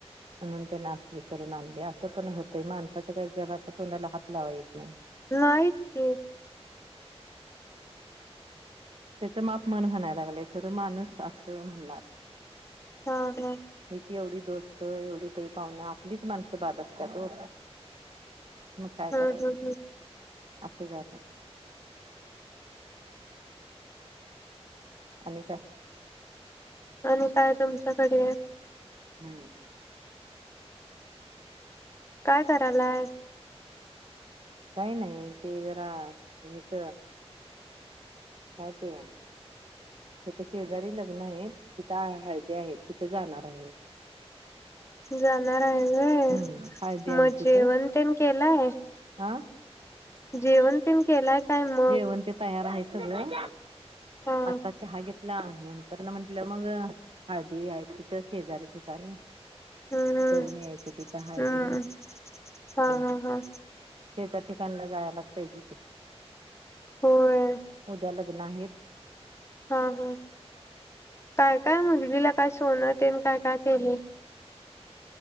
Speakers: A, on the right; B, on the left.
A: म्हणून त्यां नास करून आणली असं पण होतंय माणसाच काही जबाचा तोडला हात लावा येत नाही.
B: नाही च् की.
A: त्याच माप म्हन म्हणाय लागले तर माणूस असं म्हणणार.
B: हा हा
A: मी च एवढी. दोस्त एवढी पई पाहुन आपलीच माणसं बाद असतात ओ. मग काय
B: हम्म
A: करायचं
B: हम्म हम्म
A: असं झालंय. आणि काय.
B: आणि काय तुमच्याकडे.
A: हम्म.
B: काय करायलाय.
A: नाही नाही ते जरा घरच. काय ते या तिथ शेजारी लग्न आहेत तिथं हळदि आहेत तिथे जाणार हाय मी.
B: जाणार आहे व्हय
A: हम्म हळदी आहे
B: मग
A: तिथं
B: जेवण तेन केलाय.
A: हा
B: जेवण तेन केलाय. काय मग
A: जेवण ते तयार आहे सगळं
B: हा हम्म
A: आता चहा घेतला नंतर न म्हंटलं मग. हळदी आहे तिथं शेजारी ठिकाणी.
B: हम्म
A: जाऊन यायचं तिथं हळदीला
B: हम्म
A: हम्
B: हा
A: शेजार
B: हा हा
A: ठिकाणी. ठिकाणला जायलाच पाहिजे की.
B: होय
A: उद्याला. नाहीत.
B: हा हा काय काय मुली. मुलगिला काय सोन तेन आणि काय काय केले.